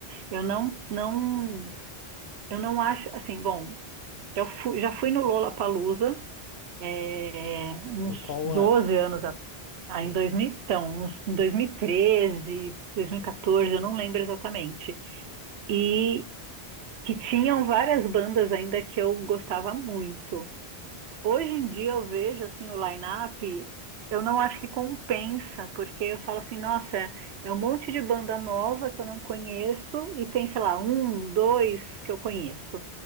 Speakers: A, on the right (about 80°); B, on the left (about 70°).
A: Eu não, não, eu não acho, assim, bom, eu fu- já fui no Lollapalooza é, uns
B: Em qual
A: 12
B: ano?
A: anos atrás. Ah, em
B: Hum,
A: dois mil então, uns, em 2013, 2014, eu não lembro exatamente. E que tinham várias bandas ainda que eu gostava muito. Hoje em dia eu vejo assim o line-up, eu não acho que compensa, porque eu falo assim, nossa, é é um monte de banda nova que eu não conheço e tem, sei lá, um, dois que eu conheço.